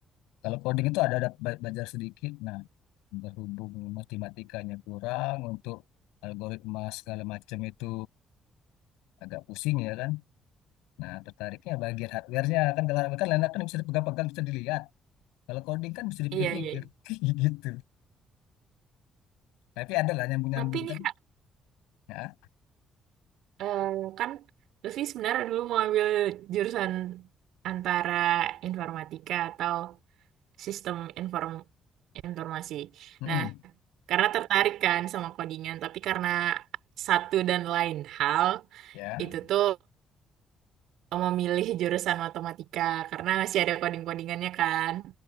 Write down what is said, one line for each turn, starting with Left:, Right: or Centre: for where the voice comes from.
Left: Kalau coding itu ada, ada ba- belajar sedikit. Nah, berhubung matematikanya kurang untuk algoritma segala macam itu agak pusing ya kan. Nah, tertariknya bagian hardware-nya kan kalau hardware kan enak kan bisa dipegang-pegang bisa dilihat. Kalau coding kan bisa dipikir-pikir
Right: Iya, iya. iya.
Left: <laughs> kayak gitu. Tapi ada lah nyambung-nyambung
Right: Tapi nih
Left: kan.
Right: Kak,
Left: Ya.
Right: eh, kan Lutfi sebenarnya dulu mau ambil jurusan antara informatika atau sistem inform informasi.
Left: Mm-mm.
Right: Nah, karena tertarik kan sama codingan, tapi karena satu dan lain hal,
Left: Ya.
Right: itu tuh memilih jurusan matematika karena masih ada coding-codingannya kan.